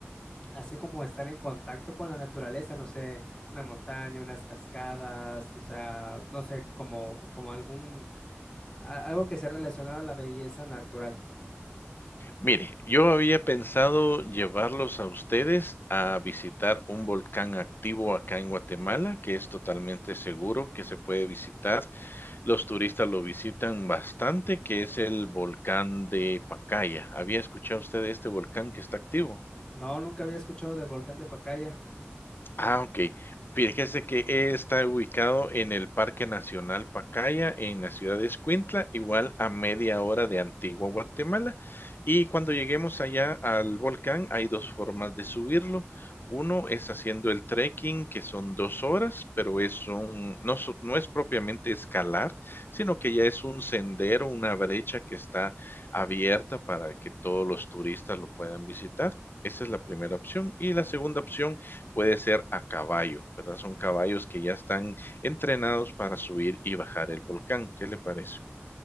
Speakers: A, on the left; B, on the left.
A: así como estar en contacto con la naturaleza, no sé, una montaña, unas cascadas, o sea, no sé, como, como algún, a- algo que sea relacionado a la belleza natural.
B: Mire, yo había pensado llevarlos a ustedes a visitar un volcán activo acá en Guatemala, que es totalmente seguro, que se puede visitar. Los turistas lo visitan bastante, que es el volcán de Pacaya. ¿Había escuchado usted de este volcán que está activo?
A: No, nunca había escuchado del volcán de Pacaya.
B: Ah, okey. Fíjese que está ubicado en el Parque Nacional Pacaya, en la ciudad de Escuintla, igual a media hora de Antigua Guatemala. Y cuando lleguemos allá al volcán, hay 2 formas de subirlo. Uno es haciendo el trekking, que son 2 horas, pero es un no so no es propiamente escalar, sino que ya es un sendero, una brecha que está abierta para que todos los turistas lo puedan visitar. Esa es la primera opción. Y la segunda opción puede ser a caballo, ¿verdad? Son caballos que ya están entrenados para subir y bajar el volcán. ¿Qué le parece?